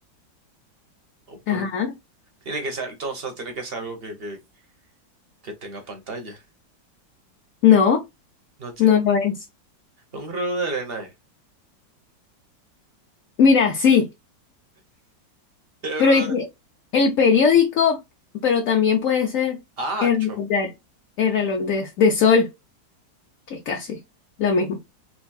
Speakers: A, on the right; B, on the left.
A: o pero,
B: Ajá.
A: tiene que ser, entonces tiene que ser algo que, que, que tenga pantalla.
B: No,
A: No tiene.
B: no lo es.
A: Un reloj de arena, eh.
B: Mira, sí.
A: Pero,
B: Pero dice, el periódico, pero también puede ser
A: ah,
B: el
A: cho.
B: reloj de, el reloj de, de sol, que es casi lo mismo.